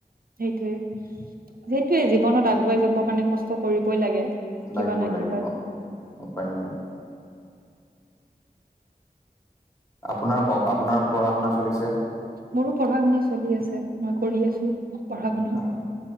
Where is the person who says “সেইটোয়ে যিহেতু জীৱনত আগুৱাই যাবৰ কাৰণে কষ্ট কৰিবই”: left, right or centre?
Right